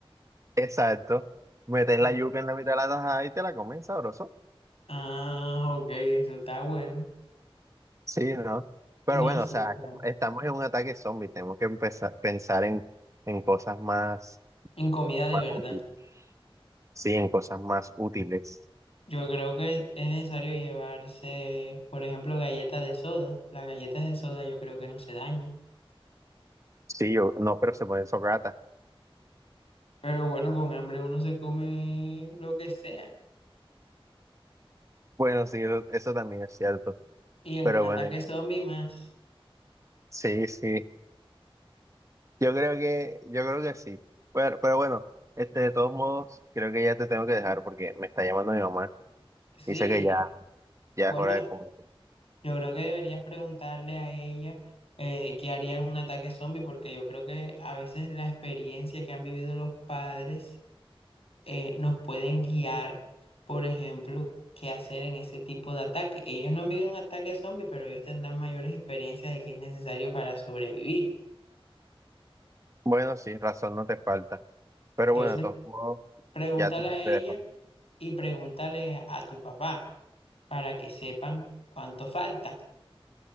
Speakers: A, on the right; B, on the left.
A: Exacto. Metes
B: Ah,
A: la yuca en la mitad de la tajada y te la comes sabroso.
B: ah, ok. Eso está bueno.
A: Sí, ¿no? Pero
B: No,
A: bueno,
B: sí,
A: o sea,
B: claro.
A: estamos en un ataque zombie, tenemos que empezar pensar en, en cosas más,
B: En comida de
A: más
B: verdad.
A: útiles. Sí, en cosas más útiles.
B: Yo creo que es necesario llevarse, por ejemplo, galletas de soda. Las galletas de soda yo creo que no se dañen.
A: Sí, yo, no, pero se pueden socratas.
B: Pero bueno, con hambre uno se come lo que sea.
A: Bueno, sí, eso, eso también es cierto.
B: Y en
A: Pero
B: un ataque
A: bueno,
B: zombie más.
A: sí, sí. Yo creo que, yo creo que sí. Pero, pero bueno, este, de todos modos, creo que ya te tengo que dejar porque me está llamando mi mamá.
B: Sí,
A: Dice que ya, ya
B: bueno,
A: es hora de comer.
B: yo creo que deberías preguntarle a ella eh, qué haría en un ataque zombie, porque yo creo que a veces la experiencia que han vivido los padres eh, nos pueden guiar, por ejemplo, qué hacer en ese tipo de ataque. Ellos no han vivido un ataque zombie, pero ellos tendrán mayores experiencias de qué es necesario para sobrevivir.
A: Bueno, sí, razón no te falta. Pero
B: Entonces,
A: bueno, de todos modos,
B: pregúntale
A: ya te tengo
B: a ella
A: que dejar.
B: y pregúntale a tu papá. para que sepan cuánto falta.